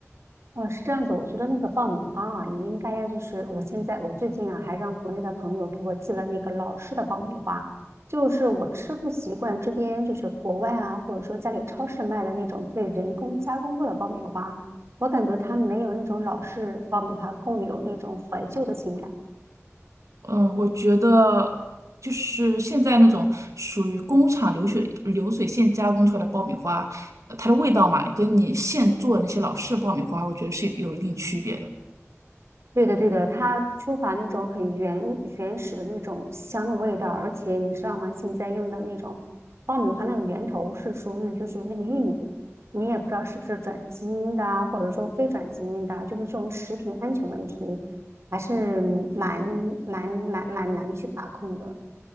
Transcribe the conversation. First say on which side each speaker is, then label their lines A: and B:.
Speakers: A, on the right; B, on the right.
A: 哦，是这样子。我觉得那个爆米花啊，你应该要就是我现在我最近啊，还让国内的朋友给我寄了那个老式的爆米花，就是我吃不习惯这边就是国外啊，或者说家里超市卖的那种被人工加工过的爆米花，我感觉它没有那种老式爆米花更有那种怀旧的情感。
B: 嗯，我觉得就是现在那种属于工厂流水流水线加工出来的爆米花，呃它的味道嘛，跟你现做的那些老式的爆米花，我觉得是有一定区别的。
A: 对的，对的，它缺乏那种很原原始的那种香的味道，而且你知道吗？现在用的那种爆米花那个源头是属于就是那个玉米，你也不知道是不是转基因的啊，或者说非转基因的啊，就是这种食品安全问题还是蛮蛮蛮蛮难去把控的。